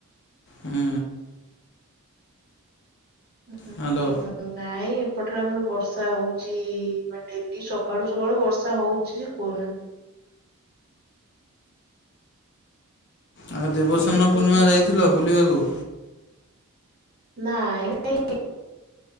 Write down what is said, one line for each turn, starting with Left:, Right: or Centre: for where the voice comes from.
Left: ହୁଁ
Right: ହୁଁ,
Left: ହ୍ୟାଲୋ
Right: ନାଇଁ ଏପଟେ ଆମର ବର୍ଷା ହଉଚି ଡେଲି ସକାଳୁ ସକାଳୁ ବର୍ଷା ହଉଚି। କୁହନା
Left: ଆଉ ଦେବସ୍ନାନ
Right: ଏଇ
Left: ପୂର୍ଣ୍ଣିମା ଯାଇଥିଲ ବୁଲିବାକୁ?
Right: ନାଇଁ ନାଇଁ